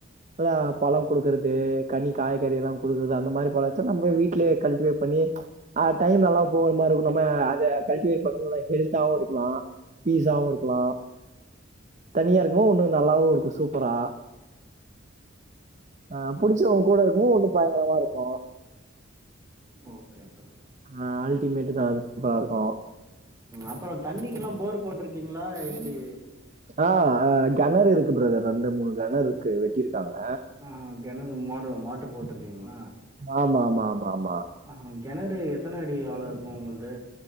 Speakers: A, on the right; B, on the right.
A: நல்லா பழம் குடுக்கறது கனி காய்கறி எல்லா குடுக்குறது அந்த மாறி பழோ வச்சா நம்ம வீட் வீட்லியே கல்டிவேட் பண்ணி ஆ டைம் நல்லா போற மாறி இருக்கோ நம்ம அத கல்டிவேட் பண்றது நல்லா ஹெல்தாவூ இருக்கலா பீஸாவூ இருக்கலா தனியா இருக்குமோ இன்னூ நல்லாவூ இருக்கோ சூப்பரா ஆ புடிச்சவங்க கூட இருக்கவூ இண்ணூ பயங்கரமா இருக்கோ
B: ஓகே பிரதர்
A: ஆ அல்டிமேட் தா அது சூப்பரா இருக்கோ
B: அப்றோ தண்ணிக் கெலா போர் போட்ருக்கீங்களா எப்டி
A: அ ஆ கெணறு இருக்கு பிரதர் ரெண்டு மூணு கெணறு இருக்கு வெட்டிருக்காங்க
B: ம் ம் கெணறு மோட்ரு மோட்டரு போட்டிருக்கீங்களா
A: ஆ மா மா மா மா
B: ஆ ஹாங் கொணறு எத்தன அடி ஆழோ இருக்கோ உங்கள்து